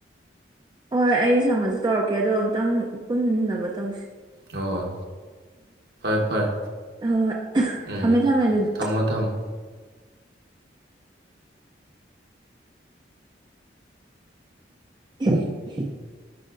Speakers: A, on the right; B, on the right.
A: ꯍꯣꯏ ꯑꯩ ꯁꯪꯉꯁꯨ ꯇꯧꯔꯛꯀꯦ ꯑꯗꯣ ꯑꯃꯨꯛꯇꯪ ꯄꯨꯟꯅꯕ ꯇꯧꯁꯤ
B: ꯍꯣꯍꯣꯏ ꯐꯔꯦ ꯐꯔꯦ
A: ꯍꯣꯢ <inaudible>
B: ꯎꯝ
A: ꯊꯃꯦ ꯊꯃꯦ ꯑꯗꯨꯗꯤ
B: ꯊꯝꯃꯣ ꯊꯝꯃꯣ
A: <inaudible>